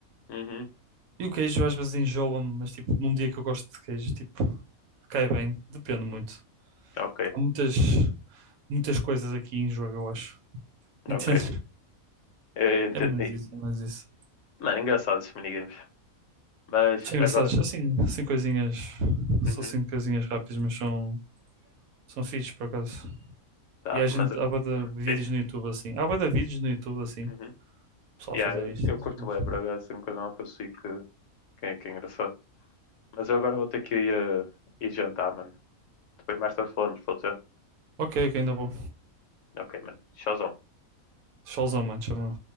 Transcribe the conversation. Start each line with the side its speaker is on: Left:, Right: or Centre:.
Left: Uhum.
Right: E o queijo às vezes enjoa-me, mas tipo, num dia que eu gosto de queijo, tipo, cai bem. Depende muito.
Left: Ok.
Right: Há muitas, muitas coisas aqui em jogo, eu acho. Entende?
Left: Ok. Eu entendi.
Right: É mais isso, é mais isso.
Left: Mano, engraçado esses minigames. Mas
Right: São engraçados.
Left: agora.
Right: Assim, assim coisinhas.
Left: Uhum.
Right: São assim coisinhas rápidas, mas são, são fixes por acaso.
Left: Tá,
Right: E há gente,
Left: mas.
Right: há bué de vídeos
Left: Vês?
Right: no YouTube assim. Há bué de vídeos no YouTube assim.
Left: Uhum.
Right: Pessoal a
Left: Yeah,
Right: fazer
Left: eu,
Right: isto.
Left: eu
Right: essas
Left: curto
Right: coisas.
Left: bem, bro. É assim um canal que eu sei que, que, é, que é engraçado. Mas eu agora vou ter que ir, eh, ir jantar, mano. Depois mais tarde falamos, pode ser?
Right: Ok, ok, ainda vou.
Left: Ok, mano. Tchauzão.
Right: Solzão, mano, chama